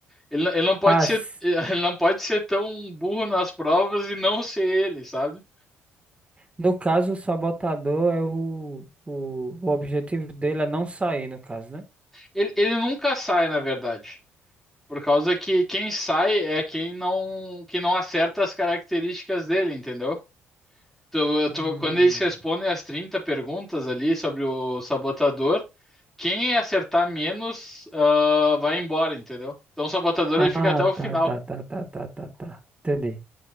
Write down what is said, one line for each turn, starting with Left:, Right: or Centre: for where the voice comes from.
Centre: Ele, não- ele não pode
Right: Ah,
Centre: ser,
Right: s-
Centre: <laughs> ele não pode ser tão burro nas provas e não ser ele, sabe?
Right: no caso, o sabotador é o, o, o objetivo dele é não sair, no caso, né?
Centre: Ele, ele nunca sai, na verdade. Por causa que quem sai é quem não, que não acerta as características dele, entendeu? Tu- tu-
Right: Hum.
Centre: quando eles respondem as 30 perguntas ali sobre o sabotador, quem acertar menos, ah, vai embora, entendeu? Então o sabotador
Right: Ah,
Centre: ele fica até o final.
Right: tá, tá, tá, tá, tá, tá, tá. Entendi.